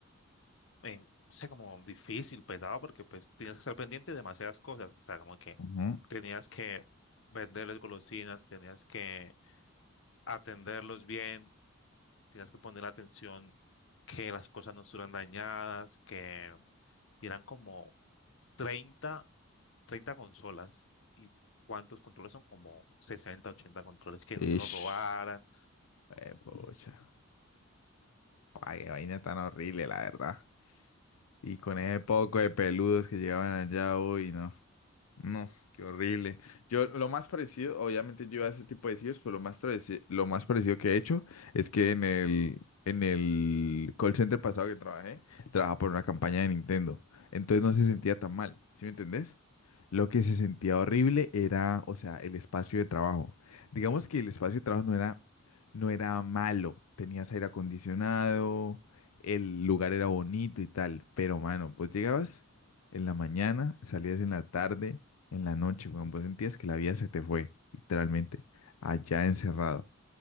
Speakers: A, on the left; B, on the left.
A: eh, no sé, como difícil, pesado, porque pues tenías que estar pendiente de demasiadas cosas, o sea, como que
B: Ujú.
A: tenías que venderles golosinas, tenías que atenderlos bien, tenías que poner atención que las cosas no estuvieran dañadas, que eran como 30 30 consolas. y ¿Cuántos controles son? Como 60 80 controles que no
B: Ish.
A: se los robaran
B: Eh, pucha, ay, qué vaina tan horrible, la verdad. Y con ese poco de peludos que llegaban allá, uy, no. No, qué horrible. Yo lo más parecido, obviamente yo a ese tipo de sitios, pero lo más parecido, lo más parecido que he hecho es que en el, en el call center pasado que trabajé, trabajaba por una campaña de Nintendo. Entonces no se sentía tan mal, ¿sí me entendés? Lo que se sentía horrible era, o sea, el espacio de trabajo. Digamos que el espacio de trabajo no era, no era malo. Tenías aire acondicionado, el lugar era bonito y tal, pero mano, pues llegabas en la mañana, salías en la tarde en la noche, weón. Vos sentías que la vida se te fue, literalmente, allá encerrado.